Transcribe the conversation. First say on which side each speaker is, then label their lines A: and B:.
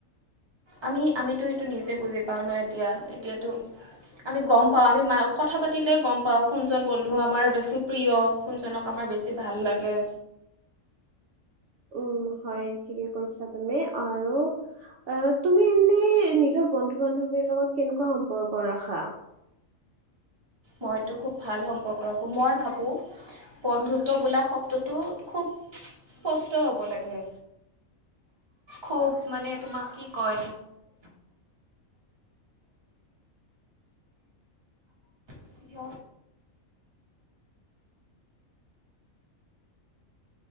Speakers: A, on the right; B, on the right.
A: আমি আমিতো নিজে বুজি পাওঁ ন, এতিয়া এতিয়াতো আমি গম পাওঁ, আমি কথা পাতিলে গম পাওঁ, কোনজন বন্ধু আমাৰ বেছি প্ৰিয় কোনজনক আমাৰ বেছি ভাল লাগে।
B: উম হয় ঠিকে কৈছা তুমি আৰু। এ তুমি এনে নিজৰ বন্ধু বান্ধৱীৰ লগত কেনেকুৱা সম্পৰ্ক ৰাখা?
A: মইতো খুব ভাল সম্পৰ্ক ৰাখো। মই ভাবো বন্ধুত্ব বোলা শব্দটো খুব স্পষ্ট হব লাগে, খুব মানে তোমাক কি ক <inaudible> <inaudible>